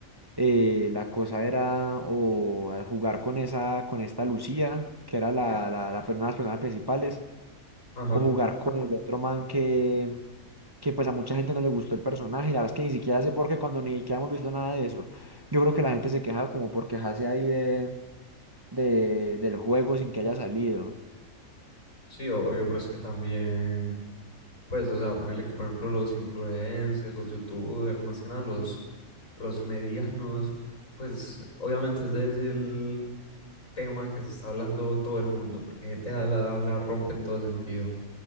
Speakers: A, on the right; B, on the left.
A: eh, la cosa era o al jugar con esa, con esta Lucía, que era la, la, la, una de las personas principales
B: ajá,
A: o jugar con el otro man que, que pues a mucha gente no le gustó el personaje, y la verdad es que ni siquiera sé por qué cuando ni siquiera hemos visto nada de eso. Yo creo que la gente se queja como por quejarse ahí de, de- del juego sin que haya salido.
B: sí, obvio, pero es que también... Pues, o sea, ponerle que, por ejemplo, los influencers, los youtubers, más que nada los, los medianos, pues obviamente ese es el tema que se está hablando todo el mundo, porque G T a la, la rompe en todo sentido.